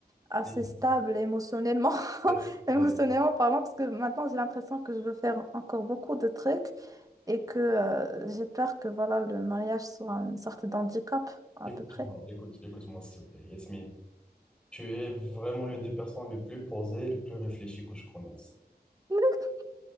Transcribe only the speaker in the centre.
Yes,
yes,
yes.
Écoute-moi,
écoute, écoute-moi s'il te plaît, Yasmine. Tu es vraiment l'une des personnes les plus posées, les plus réfléchies que je connaisse.